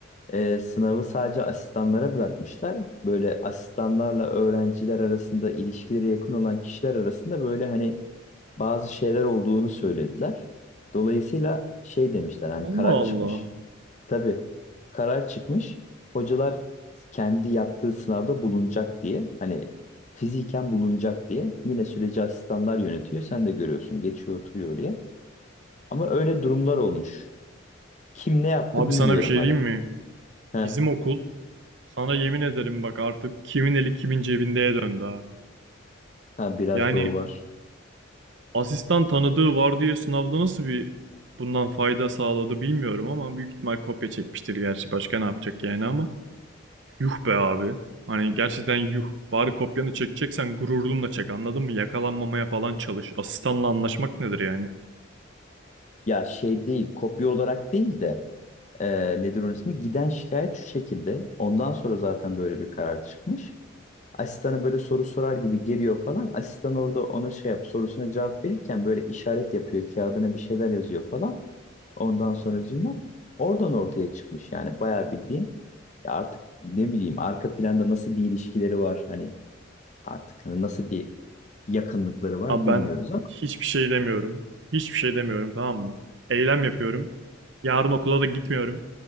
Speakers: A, on the left (about 35°); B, on the right (about 60°).
A: e, sınavı sadece asistanlara bırakmışlar. Böyle asistanlarla öğrenciler arasında ilişkileri yakın olan kişiler arasında böyle hani bazı şeyler olduğunu söylediler. Dolayısıyla şey demişler hani
B: Allah
A: karar çıkmış.
B: Allah.
A: Tabii karar çıkmış. Hocalar kendi yaptığı sınavda bulunacak diye hani fiziken bulunacak diye yine süreci asistanlar yönetiyor. Sen de görüyorsun geçiyor oturuyor oraya. Ama öyle durumlar olmuş. Kim ne yaptı
B: Abi
A: bilmiyorum
B: sana bir şey
A: hani.
B: diyeyim mi?
A: Heh,
B: Bizim okul sana yemin ederim bak artık kimin eli kimin cebindeye döndü ha.
A: ha, biraz
B: Yani
A: da o var.
B: Asistan tanıdığı var diye sınavda nasıl bir bundan fayda sağladı bilmiyorum ama büyük ihtimal kopya çekmiştir gerçi. Başka ne yapacak yani ama. Yuh be abi. Hani gerçekten yuh. Bari kopyanı çekeceksen gururunla çek anladın mı? Yakalanmamaya falan çalış. Asistanla anlaşmak nedir yani?
A: Ya şey değil kopya olarak değil de e, nedir onun ismi? Giden şikayet şu şekilde. Ondan sonra zaten böyle bir karar çıkmış. Asistana böyle soru sorar gibi geliyor falan. Asistan orada ona şey yap sorusuna cevap verirken böyle işaret yapıyor. Kağıdına bir şeyler yazıyor falan. Ondan sonracığıma oradan ortaya çıkmış. Yani bayağı bildiğin ya artık ne bileyim arka planda nasıl bir ilişkileri var hani artık hani nasıl bir yakınlıkları var
B: Abi
A: bilmiyoruz
B: ben
A: ama
B: hiçbir şey demiyorum. Hiçbir şey demiyorum tamam mı? Eylem yapıyorum. Yarın okula da gitmiyorum.